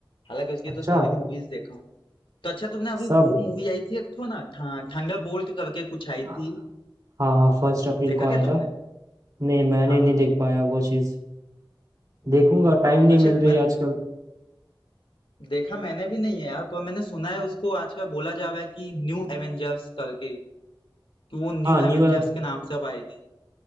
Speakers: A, on the left (about 85°); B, on the right (about 45°).
A: हालांकि उसकी
B: अच्छा
A: तो सारी मूवीज देखा हूँ तो अच्छा तुमने अभी
B: सब
A: वो मूवी आई थी एक तो ना ठा, ठंगा बोल्ट करके कुछ आई
B: हाँ
A: थी
B: हाँ फर्स्ट अप्रैल
A: देखा
B: को आया
A: क्या
B: था
A: तुमने
B: नहीं मैंने
A: हाँ
B: नहीं
A: हाँ
B: देख पाया वो चीज देखूंगा टाइम नहीं
A: अच्छा
B: मिल रही
A: मैं
B: आजकल
A: देखा मैंने भी नहीं है यार पर मैंने सुना है उसको आजकल बोला जा रहा है कि न्यू एवेंजर्स करके कि वो न्यू
B: हाँ न्यू
A: एवेंजर्स के नाम से अब आएगी